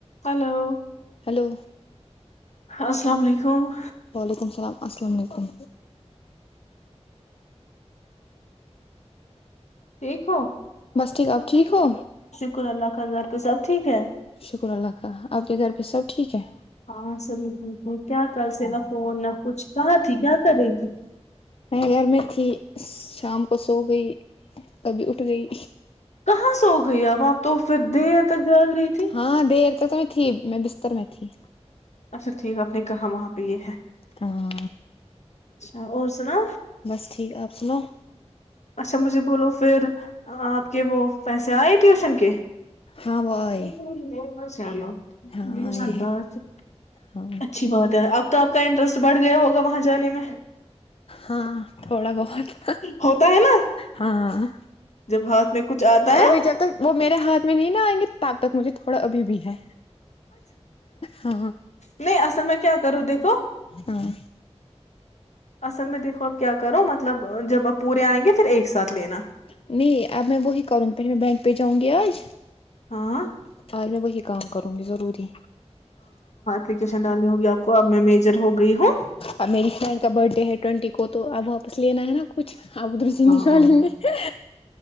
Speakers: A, on the left; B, on the left.
A: hello
B: hello
A: السلام علیکم
B: و ععلیکم السلام السلام علیکم
A: دیک ہو
B: بس ٹھیک اب ٹھیک ہو
A: شکر اللہ کر گھر پہ سب ٹھیک ہے
B: شکر اللہ کا آپ کے گھر پہ سب ٹھیک ہے
A: ہاں سبھی ٹھیک ہے کیا کر سے نہ فون نہ کچھ کہاں تھی کیا کر رہی تھی
B: میں گھر میں تھی شام کو سو گئی کبھی اٹھ گئی
A: کہاں سے ہو گئی اب آپ تو پھر دیر تک جاگ رہی تھی
B: ہاں دیر تو میں تھی میں بستر میں تھی
A: اچھا ٹھیک ہے آپ نے کہا وہاں پہ یہ ہے
B: ہاں
A: اور سنا
B: بس ٹھیک آپ سناؤ
A: اچھا مجھے بولو پھر آپ کے وہ پیسے آئے ٹیوشن کے
B: ہاں وہ آئے
A: چلو
B: ہاں آئے
A: بات
B: ہے ہاں
A: اچھی بات ہے اب تو آپ کا انٹرسٹ بڑھ گیا ہوگا وہاں جان میں
B: ہاں تھوڑا بہت
A: ہوتا ہے نا
B: ہاں
A: جب ہاتھ میں کچھ آتا ہے
B: ابھی جب تک وہ میرے ہاتھ میں نہیں نا آئیں گے تب تک مجھے تھوڑا ابھی بھی ہے ہاں
A: نہیں اصل میں کیا کروں دیکھو
B: ہاں
A: اصل میں دیکھو اب کیا کرو مطلب جب آپ پورے آئیں گے پھر ایک ساتھ لینا
B: نہیں اب میں وہی کروں گی پہھر میں بینک پہ جاؤں گی کیز
A: ہاں
B: آج میں وہی کام کروں گی ضروری
A: ین ڈالی ہوگیپ کو اب میں میجر ہو گئی ہوں
B: اب میری فرینڈ کا برتھ ڈے ہے ٹوینٹی کو تو اب واپس لینا ہے نا کچھ ابدر چ نہیں
A: ہاں
B: وال
A: اور
B: ل
A: کیا
B: گے